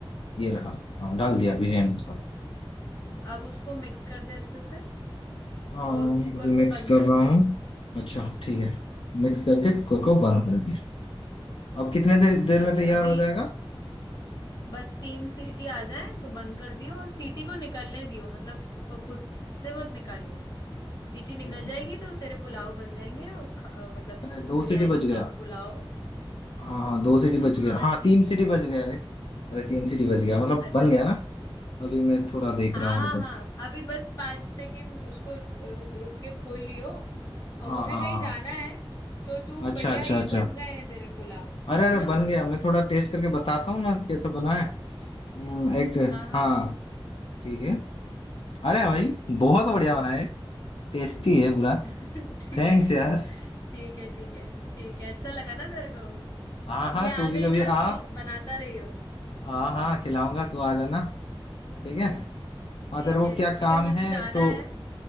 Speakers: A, on the left; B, on the left.
A: ये रहा हाँ डाल दिया बिरयानी मसाला
B: अब उसको मिक्स कर दे अच्छे से
A: हाँ
B: और कुकर
A: ये मिक्स
B: को बंद
A: कर
B: कर
A: रहा
B: दे
A: हूँ अच्छा ठीक है मिक्स करके कुकर को बंद कर दिया अब कितने देर देर
B: ठीक
A: में तैयार
B: है अभी
A: हो जाएगा
B: बस तीन सीटी आ जाए तो बंद कर दियो और सीटी को निकलने दियो मतलब ऊपर खुद से मत निकालियो सीटी निकल
A: ठीक है
B: जाएगी
A: ठीक
B: तो तेरे पुलाव बन जाएंगे और ख- अ, मतलब
A: है अरे दो
B: बिरयानी
A: सीटी बज गया
B: कम पुलाव
A: हाँ हाँ दो सीटी
B: <laughs>
A: बज
B: हाँ
A: गया हाँ
B: ठीक
A: तीन
B: है
A: सीटी बज गया अरे अरे तीन सीटी बज गया मतलब
B: अच्छा
A: बन गया ना अभी मैं थोड़ा देख
B: हाँ
A: रहा हूँ
B: हाँ
A: रुको
B: हाँ अभी बस पाँच सेकंड उसको रुक, रुक, रुक के खोल लियो और
A: हाँ
B: मुझे
A: हाँ
B: कहीं
A: हाँ
B: जाना है तो तू
A: अच्छा
B: बढ़िया
A: अच्छा
B: ये
A: अच्छा
B: बन गए हैं तेरे पुलाव
A: अरे अरे
B: है ना
A: बन गया मैं थोड़ा टेस्ट करके बताता हूँ ना कैसा बना है हम्म, एक
B: हाँ हाँ
A: हाँ
B: हाँ
A: ठीक है अरे भाई बहुत बढ़िया बना है टेस्टी है पूरा
B: <laughs> ठीक
A: थैंक्स यार
B: ठीक है ठीक है ठीक है अच्छा लगा ना तेरे को
A: हाँ
B: अब
A: हाँ
B: ये आ
A: तू भी
B: गई
A: कभी
B: ना
A: आ
B: खिल बनाता रही हो
A: हाँ हाँ खिलाऊंगा तू आ जाना ठीक है और
B: ठीक
A: तेरे को
B: है
A: क्या
B: ठीक
A: काम
B: है मुझे
A: है
B: जाना
A: तो
B: है